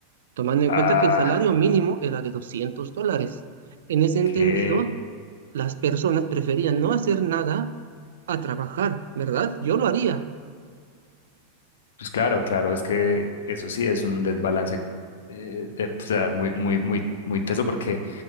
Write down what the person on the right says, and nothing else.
tomando en
cuenta que el salario mínimo era de 200 dólares. En ese entendido,
las personas preferían no hacer nada a trabajar, ¿verdad? Yo lo haría.